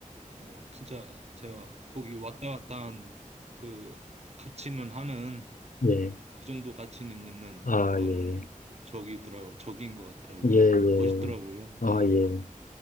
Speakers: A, on the right (about 50°); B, on the left (about 80°).
A: 어, 진짜 제가 거기 왔다 갔다 한 그 가치는 하는,
B: 예.
A: 그 정도 가치는 있는
B: 아,
A: 그런
B: 예.
A: 적이더라, 적인 것 같더라고요.
B: 예, 예.
A: 멋있더라고요.
B: 아,
A: 네.
B: 예.